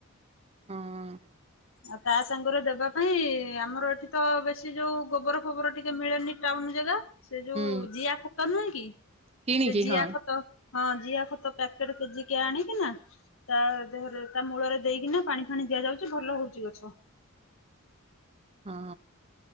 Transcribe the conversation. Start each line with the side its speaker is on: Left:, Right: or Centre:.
Right: ହଁ।
Left: ଆଉ ତା ସାଙ୍ଗରେ ଦେବା ପାଇଁ ଆମର ଏଠି ତ ବେଶୀ ଯୋଉ ଗୋବର ଫୋବର ଟିକେ ମିଳେନି, ଟାଉନ ଜାଗା ସେ ଯୋଉ
Right: ହୁଁ
Left: ଜିଆ ଖତ ନୁହେଁ କି,
Right: କିଣିକି
Left: ସେ ଜିଆ
Right: ହଁ
Left: ଖତ ହଁ ଜିଆ ଖତ ପ୍ୟାକେଟ କେଜି କିଆ ଆଣି କି ନା ତା ଦେହରେ ତା ମୂଳରେ ଦେଇକିନା ପାଣି ଫାଣି ଦିଆଯାଉଛି ଭଲ ହଉଛି ଗଛ।
Right: ହଁ